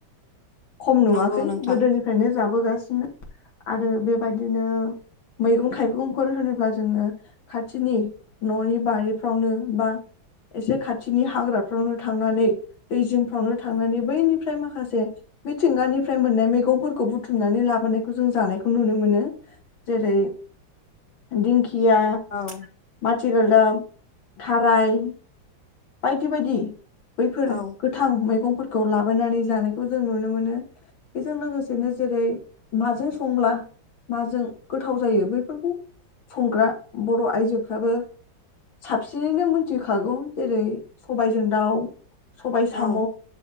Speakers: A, on the left; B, on the left.
A: खम नुवाखै
B: नंगौ नोंथां
A: गोदोनिफ्रायनो जाबोगासि आरो बेबायदिनो मैगं थाइगंफोर होनोब्ला जोङो खाथिनि न'नि बारिफ्रावनो बा एसे खाथिनि हाग्राफ्रावनो थांनानै दै जिंफ्रावनो थांनानै बैनिफ्राय माखासे मिथिंगानिफ्राय मोननाय मैगंफोरखौ बुथुमनानै लाबोनायखौ जों जानायखौ नुनो मोनो जेरै दिंखि थिया
B: औ
A: खाथि गोलदाब थाराइ बायदि बायदि बैफोर
B: औ
A: गोथां मैगं फोरखौ लाबायनानै जानायखौ जों नुनो मोनो बेजों लोगोसेनो जेरै माजों संब्ला माजों गोथाव जायो बैफोरखौ संग्रा बर' आइजोफ्राबो साबसिनैनो मिथिखागौ जेरै सबायजों दाउ सबाय
B: औ
A: साम'